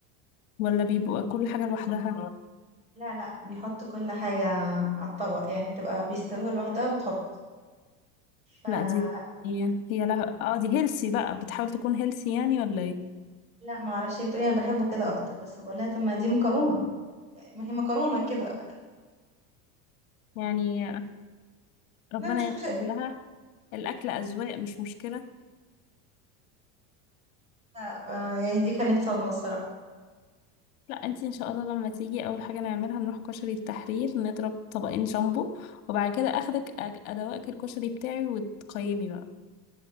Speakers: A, on the left; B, on the right.
A: ولا بيبقى كل حاجة لوحدها
B: لا لا بيحط كل حاجه على الطبق يعني بتبقى بيستوي لوحدها بتحط ف لا
A: لا دي هي هي لها اه دي هيلسي بقى بتحاول تكون هيلسي يعني ولا ايه
B: لا ما اعرفش هي بتقولي انا بحبه كده اكتر بس بقول لها طب ما دي مكرونه ما هي مكرونه كده
A: يعني ربنا
B: <laughs> ده مش كشري
A: يغفر لها الأكل أذواق مش مشكلة
B: لا ف- يعني دي كانت صدمه الصراحه
A: لا انتي ان شاء الله لما تيجي اول حاجة نعملها نروح كشري التحرير نضرب طبقين جامبو وبعد كده اخدك أك- ادوقك الكشري بتاعي وتقيمي بقى